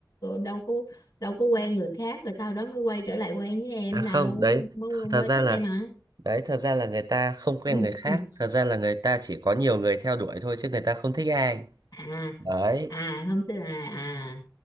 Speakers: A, on the left; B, on the right.
A: đâu có đâu có quen người khác rồi sau đó mới quay trở lại quen với em
B: à không,
A: đâu
B: đấy,
A: mới
B: th-
A: mới
B: thật ra
A: thích
B: là
A: em hả
B: đấy, thật ra là người ta không quen
A: <coughs>
B: người khác, thật
A: <clears throat>
B: ra là người ta chỉ có nhiều người theo đuổi thôi chứ người ta không thích ai.
A: à
B: Đấy.
A: à không tức là à